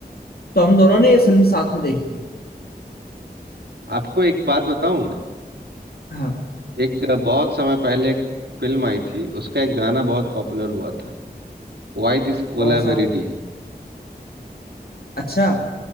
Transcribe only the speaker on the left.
तो हम दोनों ने ये फिल्म साथ में देखी थी
हाँ
कौन सा अच्छा